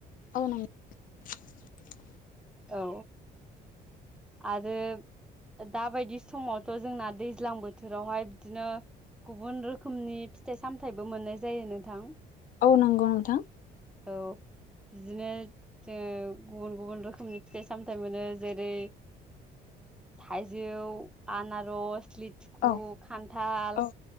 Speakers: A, on the left; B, in the centre.
A: <unintelligible>
B: औ। आरो दाबायदि समावथ' जोंना दैज्लां बोथोरावहाय बिदिनो गुबुन रोखोमनि फिथाइ-सामथाइबो मोननाय जायो नोंथां।
A: औ नोंगौ नोंथां।
B: औ। बिदिनो ओ ज गुबुन गुबुन रोखोमनि फिथाइ सामथायाइ मोनो जेरै थाइजौ आनारस लिथुखु
A: औ
B: खान्थाल
A: औ